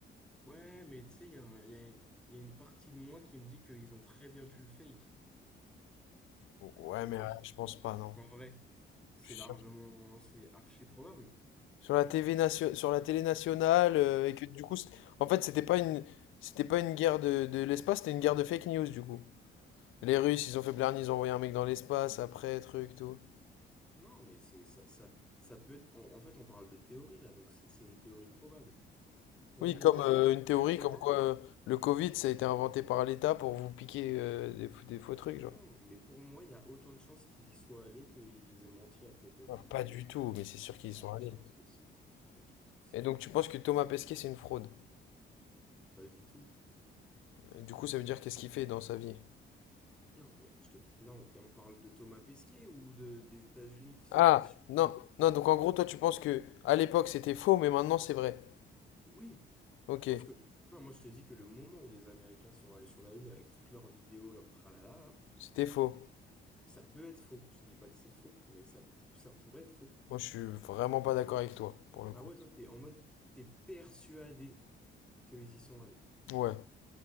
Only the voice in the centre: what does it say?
Ouais, mais tu sais, il y a, un- il y a il y a une partie de moi qui me dit qu'ils ont très bien pu le fake,
tu vois,
en vrai. C'est
largement,
c'est archi probable.
Oui.
Non, mais c'est ça, ça, ça peut être. En, en fait, on parle de théorie là, donc c'est c'est une théorie probable. Pour
moi,
pour moi,
non, non, mais pour moi, il y a autant de chances qu'ils y soient allés qu'ils aient menti à propos du.
Bah,
je pense que si. Je te jure, je pense que si.
Pas du tout.
Non, mais je te... là, on, et on parle de Thomas Pesquet ou de, des États-Unis qui sont
partis sur
la Lune.
Oui,
je pense que. Non, moi, je te dis que le moment où les Américains sont allés sur la Lune avec toutes leurs vidéos, leurs tralala, là,
Ça peut être faux. Je te dis pas que c'est faux, mais ça, p- ça pourrait être faux.
Ah ouais, toi, t'es en mode, t'es persuadé qu'ils y sont allés.